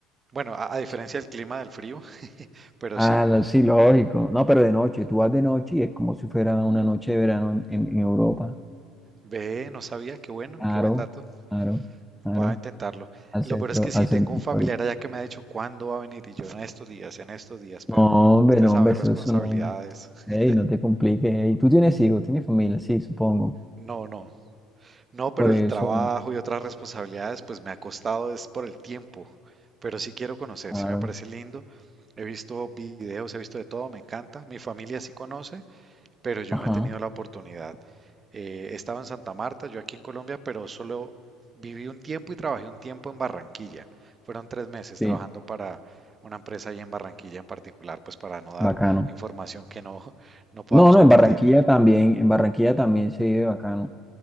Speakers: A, on the right; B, in the centre.
A: bueno, a, a diferencia
B: Sí.
A: del clima del frío, <laughs> pero
B: Ah,
A: sí,
B: lo- sí, lógico. No, pero de noche, tú vas de noche y es como si fuera una noche de verano en, en- en Europa.
A: ve, no sabía, qué bueno,
B: Claro,
A: qué buen dato.
B: claro, claro.
A: Voy a intentarlo.
B: Al
A: Lo
B: centro,
A: peor es que sí,
B: al centro
A: tengo un
B: histórico.
A: familiar allá que me ha dicho cuándo va a venir y yo en estos días, en estos días,
B: No,
A: pero
B: hombre,
A: usted
B: no,
A: sabe,
B: hombre, eso
A: responsabilidades.
B: eso no. Ey,
A: <laughs>
B: no te compliques. ey. Tú tienes hijos, tienes familia, sí, supongo.
A: No, no. No,
B: Por
A: pero el
B: eso,
A: trabajo y otras responsabilidades, pues me ha costado es por el tiempo. Pero sí quiero conocer,
B: claro.
A: sí me parece lindo. He visto videos, he visto de todo, me encanta. Mi familia sí conoce, pero yo
B: Ajá,
A: no he tenido la oportunidad. Eh, estaba en Santa Marta, yo aquí en Colombia, pero solo viví un tiempo y trabajé un tiempo en Barranquilla. Fueron tres meses
B: sí,
A: trabajando para una empresa ahí en Barranquilla en particular, pues para no dar
B: bacano.
A: información que no, <laughs> no podamos
B: No, no,
A: compartir.
B: en Barranquilla también, en Barranquilla también se vive bacano.